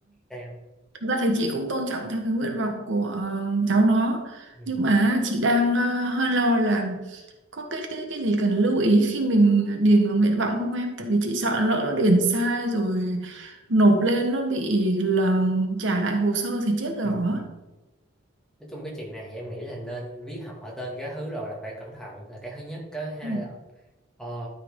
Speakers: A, in the centre; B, on the right.
A: sao
B: Thực ra thì chị cũng tôn trọng theo cái nguyện vọng của ờ, cháu nó
A: ừ.
B: Nhưng mà chị đang ờ, hơi lo là có cái cái cái gì cần lưu ý khi mình điền vào nguyện vọng không em? Tại vì chị sợ lỡ nó điền sai rồi nộp lên nó bị là trả lại hồ sơ thì chết rồi.
A: Ừ.
B: á.
A: Ừ. nói chung cái chuyện này thì em nghĩ là nên viết họ tên cái thứ rồi là phải cẩn thận là cái thứ nhất cái thứ hai
B: Ừ.
A: là ờ,